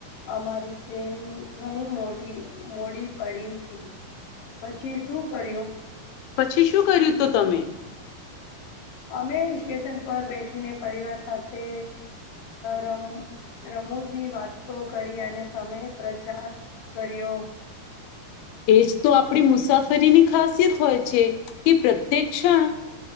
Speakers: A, on the left (about 55°); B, on the left (about 85°).
A: અમારી ટ્રેન ઘણી મોડી મોડી પડી થી પછી શું કર્યું
B: પછી શું કર્યું તું તમે?
A: અમે સ્ટેશન પર બેઠીને પરિવાર સાથે રમ રમૂજી વાતો કરી અને સમય પ્રચાર કર્યો.
B: એજ તો આપડી મુસાફરીની ખાસિયત હોય છે કે પ્રત્યેક્ષણ